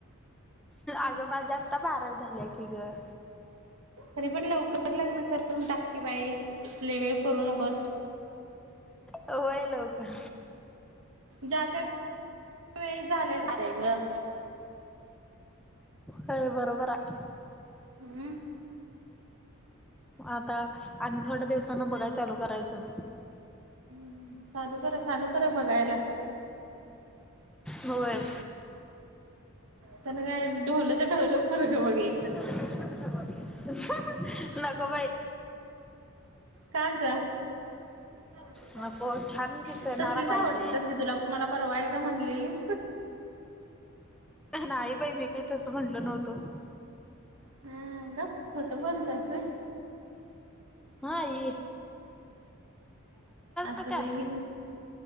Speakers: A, in the centre; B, on the right.
A: अगं माझ्या आत्ता बारावी झाल्या की गं.
B: तरीे पण लवकर लग्न करून टाककी बाई ले वेळ करू नकोस.
A: होय लवकर
B: जाते वेळी झालेेलच आहे गं.
A: होय बरोबर आहे.
B: ह हम्म.
A: आता आणि थोड्या दिवसानं बघाय चालू करायचं.
B: हम्म हम्म चालू करा चालू करा बघायला.
A: होय.
B: त्याने काय ढोलं ते ढवलं पोरगं बघे.
A: <unintelligible> नको बाई.
B: का गं <unintelligible>
A: नको छान दिसणारा
B: तसलीच
A: पाहिजे
B: आवडतीत की तुला मला परवा एकदा म्हटलेलीस
A: नाही बाई मी काय तसं म्हटलं नव्हतो.
B: हम्म गप खोटं बोलत्यास वय.
A: हा इय
B: असुदे
A: जात्यास
B: घे.